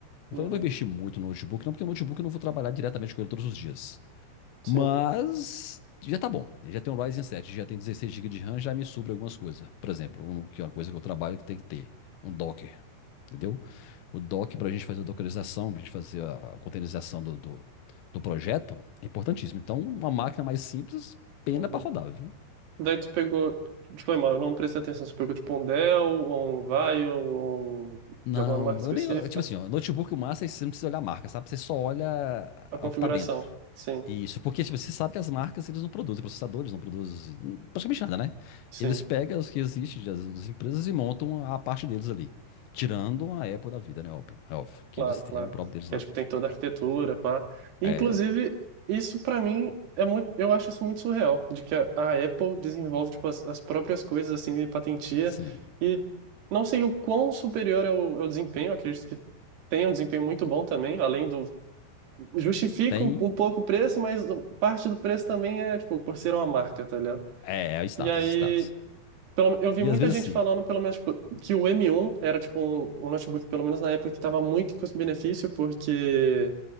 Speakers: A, on the right (about 70°); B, on the left (about 85°).
A: uhum,
B: Eu falei, não vou investir muito no notebook, não, porque o notebook eu não vou trabalhar diretamente com ele todos os dias.
A: sim.
B: Mas já tá bom. Ele já tem um Ryzen 7, já tem 16 GB de RAM, já me sobra algumas coisas. Por exemplo, um- que é uma coisa que eu trabalho que tem que ter, um Docker, entendeu? O Docker para a gente fazer a dockerização, para a gente fazer a containerização do, do, do projeto, é importantíssimo. Então, uma máquina mais simples, pena
A: Uhum.
B: para rodar, viu?
A: Daí tu pegou, tipo, é mal, eu não prestei atenção, tu pegou tipo um Dell, ou um Vaio, ou um-
B: Não,
A: de alguma marca específica,
B: eu nem. Tipo assim, ó, notebook, o massa é que você não precisa olhar a marca, sabe? Você só olha
A: a configuração.
B: o que tá dentro.
A: Sim,
B: Isso, porque, tipo, você sabe que as marcas, eles não produzem, processadores não produzem hum, praticamente nada, né?
A: sim,
B: Eles pegam os que existem das, das empresas e montam a parte deles ali. Tirando a Apple da vida, né? Óbvio, é óbvio que
A: claro,
B: eles
A: claro.
B: têm o próprio deles
A: Que
B: lá.
A: é, tipo, tem toda a arquitetura, pá. Inclusive,
B: É,
A: isso pra mim é muito, eu acho isso muito surreal, de que a, a Apple desenvolve tipo as, as próprias coisas assim e patentia
B: sim.
A: e não sei o quão superior é o, é o desempenho, acredito que tem um desempenho muito bom também, além do justifica
B: Tem.
A: um, um pouco o preço, mas parte do preço também é, tipo, por ser uma marca, tá ligado?
B: É, é o status,
A: E aí,
B: status.
A: pelo, eu vi
B: E
A: muita
B: às vezes,
A: gente
B: sim.
A: falando, pelo menos, tipo, que o m um era, tipo, um, um notebook, pelo menos na época, que tava muito em custo-benefício, porque